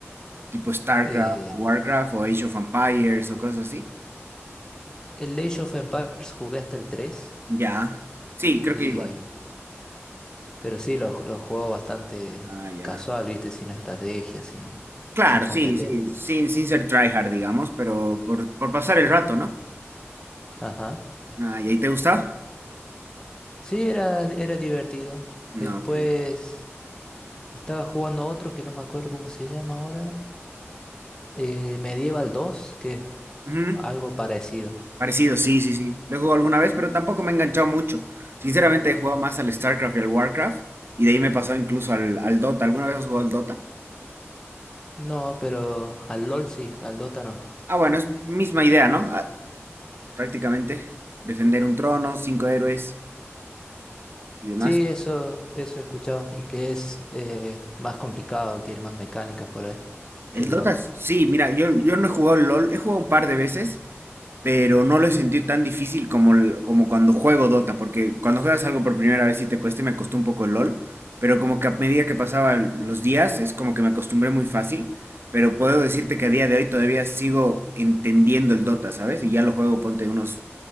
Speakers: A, on the right; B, on the left.
A: Tipo StarCraft
B: Eh,
A: o Warcraft o Age of Empires o cosas así.
B: el Age of Empires jugué hasta el 3
A: Ya. Sí, creo
B: y
A: que igual.
B: Pero sí, los, los juego bastante
A: Ah, ya.
B: casual, ¿viste? Sin estrategia, sin,
A: Claro,
B: sin competencia.
A: sí, sí, sin, sin ser tryhard, digamos, pero por, por pasar el rato, ¿no?
B: Ajá.
A: Ah, ¿y ahí te gusta?
B: Sí, era, era divertido.
A: No,
B: Después
A: ok.
B: estaba jugando otro que no me acuerdo cómo se llama ahora. eh, Medieval dos que es
A: Ujú,
B: algo parecido.
A: Parecido, sí, sí, sí. Lo he jugado alguna vez, pero tampoco me he enganchado mucho. Sinceramente, he
B: Mm.
A: jugado más al StarCraft y al WarCraft, y de ahí me pasó incluso al, al Dota. ¿Alguna vez has jugado al Dota?
B: No, pero al LOL sí, al Dota no.
A: Ah, bueno, es misma idea, ¿no? Ah, prácticamente, defender un trono, cinco héroes y demás.
B: Sí, eso, eso he escuchado. Y que es eh, más complicado, tiene más mecánicas por ahí
A: El
B: que el
A: Dota,
B: LOL.
A: sí, mira, yo, yo no he jugado al LOL, he jugado un par de veces, pero no lo he sentido tan difícil como, el- como cuando juego Dota, porque cuando juegas algo por primera vez sí te cuesta y me costó un poco el LOL, pero como que a medida que pasaban los días es como que me acostumbré muy fácil, pero puedo decirte que a día de hoy todavía sigo entendiendo el Dota, ¿sabes? Y ya lo juego, ponte unos,